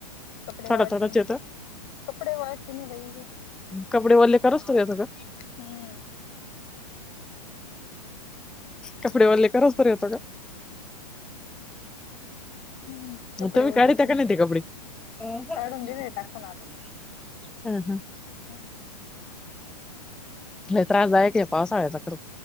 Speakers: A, on the left; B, in the centre.
A: कपडे
B: थोडा,
A: वाळतीने
B: थोडाच येतो
A: कपडे वाळतीने बाई
B: कपडेवले करोस्तर येतो का
A: हम्म
B: कपडे वल्ले करोस्तर येतो का?
A: हम्म. कपडे
B: म तुम्ही
A: ओलेच
B: काढिता
A: आहे.
B: का नाही ते कपडे <unintelligible>
A: काढून दिले टाकून ह
B: लई त्रासदायक आहे पावसाळ्याचा खर